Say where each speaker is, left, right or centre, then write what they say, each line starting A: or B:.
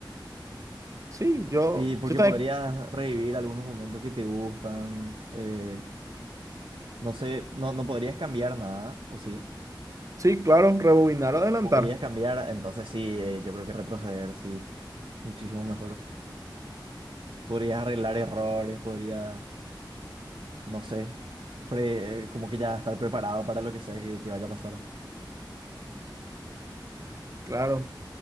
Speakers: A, on the right; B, on the right.
A: Sí, yo,
B: Sí, porque
A: yo también.
B: podrías revivir algunos momentos que te gustan. eh, no sé, no, no podrías cambiar nada, ¿o sí?
A: Sí, claro, rebobinar o adelantar.
B: Podrías cambiar, entonces sí, eh, yo creo que retroceder, sí. Muchísimo mejor. Podrías arreglar errores, podrías, no sé, pre- eh, como que ya estar preparado para lo que sea que, que vaya a pasar.
A: Claro,